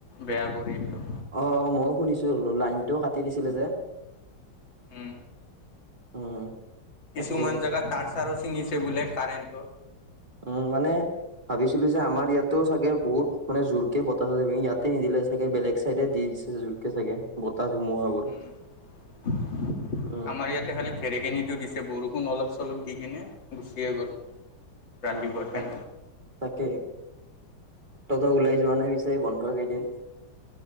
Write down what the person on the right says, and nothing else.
অ মইও শুনিছো লাইনটোও কাটি দিছিলে যে
উম তাকে
উম মানে ভাবিছিলো যে আমাৰ ইয়াতো চাগে বহুত মানে জোৰকে বতাহ ইয়াতে নিদিলে চাগে, বেলেগ চাইডে দি দিছে জোৰকে চাগে, বতাহ ধুমুহাবোৰ
উম
উম তাক তাকে কতো ওলাই যোৱা নাই পিছে, বন্ধৰ কেইদিন।